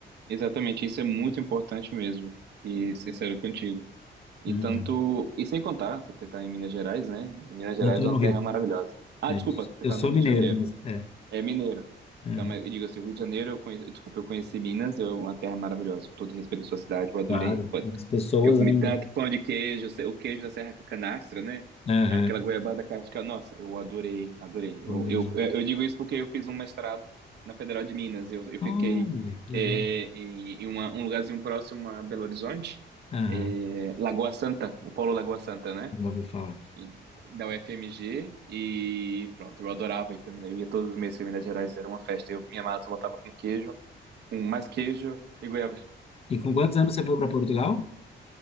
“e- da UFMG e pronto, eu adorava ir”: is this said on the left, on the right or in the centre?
Right